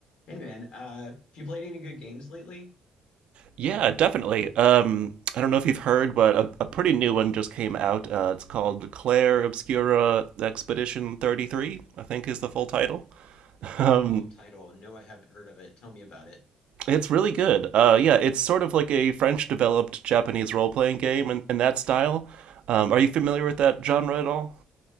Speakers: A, on the left; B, on the right.
A: Hey man, uh, have you played any good games lately?
B: Yeah, definitely. Um, I don't know if you've heard, but a, a pretty new one just came out. Uh, it's called Claire Obscura Expedition 33, I think is the full title.
A: That's
B: Um,
A: a long title. No, I haven't heard of it. Tell me about it.
B: it's really good. Uh, yeah, it's sort of like a French developed Japanese role playing game in, in that style. Um, are you familiar with that genre at all?